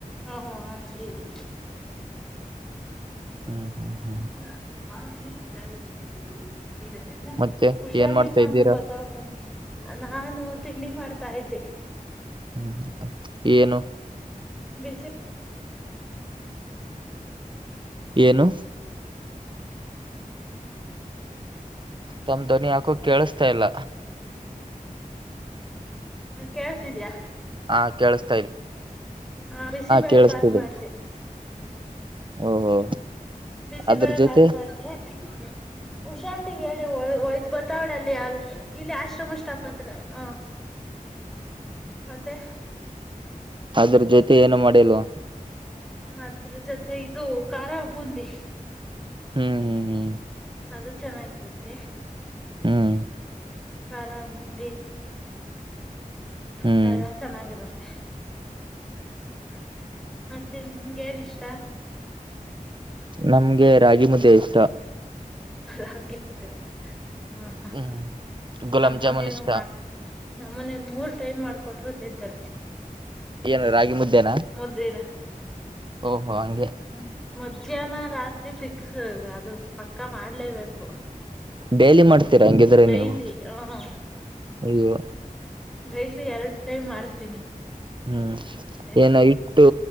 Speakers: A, in the centre; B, on the right.
A: ಹಾ ಹಂಗ ಇಲ್ಲಿ
B: ಹ್ಮ್ ಹ್ಮ್
A: ಾನ
B: ಹ್ಮ್
A: ಕೂಡ ಆಗಲೇ ಕಲಲ್ಲಿ ಕೆಟ್ಟು ಇಲ್ಲದೆ
B: ಮತ್ತೆ
A: ಉಷಾಿಫಣ
B: ಏನ್ ಮಾಡ್ತಾ ಇದ್ದೀರಾ
A: ಬತಾವಣೆ ಅಂತ ನಾನು ತಿಂಡಿ ಮಾಡ್ತಾ ಇದ್ದೆ
B: ಹ್ಮ್ ಏನು
A: ಬಸಿ
B: ಏನು ತಮ್ಮ್ ದ್ವನಿ ಹಾಕೋ ಕೇಳಿಸ್ತಾ ಇಲ್ಲ
A: ಹ ಕೆೇಸ ಇದ್ಯಾಾ
B: ಆ ಕೇಳುಸ್ತಾ
A: ಆ ಬಿಸಿಬೇಳೆ
B: ಕೇಳಿಸ್ತಿದೆ
A: ಬಾತ್ ಮಾಡಿದ್ದೆ
B: ಓಹೋ
A: ಬಿಸಿಗಡೆ
B: ಅದ್ರ ಜೊತೆ
A: ಬಾತ್ ಮಾಡಿದೆ ಉಷಾಂತ್ <unintelligible> ಹೇಳ ಒಯ್ತ ಬತಾವಳ ಅಲ್ಲಿ ಅಲ್ಲಿ ಇಲ್ಲಿ ಆಶ್ರಮಷ್ಟಾಪ್ ಹತ್ರ ಹ ಮತ್ತೆ
B: ಅದ್ರ ಜೊತೆ ಏನು ಮಾಡೇಲ್ವ
A: ಅ ಜೊತೆ ಇದು ಖಾರ ಬೂಂದಿ
B: ಹ್ಮ್ ಹ್ಮ್ ಹ್ಮ್
A: ಅದು ಚೆನ್ನಾಗಿರುತ್ತೆ
B: ಹ್ಮ್
A: ಖರಬಂದಿ
B: ಹ್ಮ್
A: ಹ ಚೆನ್ನಾಗಿರತ್ತೆ ಮ ಮತ್ತೆ ನಿಮ್ಗೆ ಏನ್ ಇಷ್ಟ
B: ನಮ್ಗೆ ರಾಜೀ ಮುದ್ದೇಶ
A: ರಾಗಿ ಮತ್ತ ಅಮ್ಮ ಹಾ
B: ಹ್ಮ್ ಗುಲಾಬ್
A: ನಮ್ಮನೇಲ್ಲೂ
B: ಜಾಮೂನ್ ಇಷ್ಟ
A: ಮಾಡಬೇಕ ನಮ್ಮ್ ಮನೇಲ್ ಮೂರ್ ಟೈಮ್ ಮಾಡ್ಕೊಟ್್ರರು ತಿಂತಾರೆ
B: ಏನು ರಾಗಿ ಮುದ್ದೇನಾ
A: ಮುದೇನ
B: ಓಹೋ ಹಂಗೆ
A: ಹ್ಮ ಮಧ್ಯಾಹ್ನ ರಾತ್ರಿ ಫಿಕ್ಸ್ ಅದು ಪಕ್ಕ ಮಾಡ್ಲೇಬೇಕು
B: ಡೈಲಿ ಮಾಡ್ತೀರಾ ಹಂಗಿದ್ರೆ
A: ಡೈಲಿ
B: ನೀವು
A: ಹ
B: ಅಯ್ಯೋ
A: ಡೈಲಿ ಎರಡು ಟೈಮ್ ಮಾಡ್ತೀನಿ
B: ಹ್ಮ್
A: ಮತ್ತೇನ
B: ಏನ ಹಿಟ್ಟು